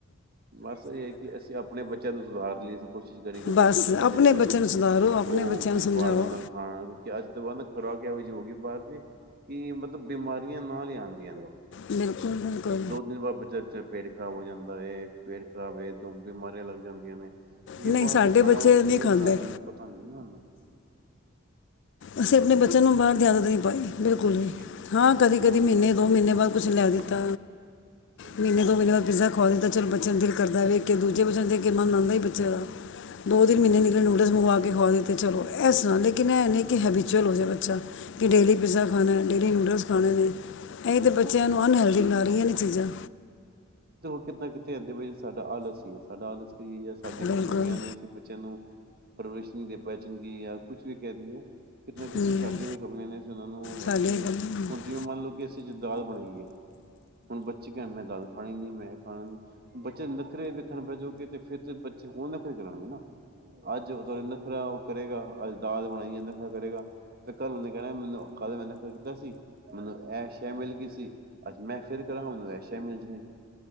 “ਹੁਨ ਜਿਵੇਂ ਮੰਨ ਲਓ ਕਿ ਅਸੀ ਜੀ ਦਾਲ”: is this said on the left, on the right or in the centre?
Right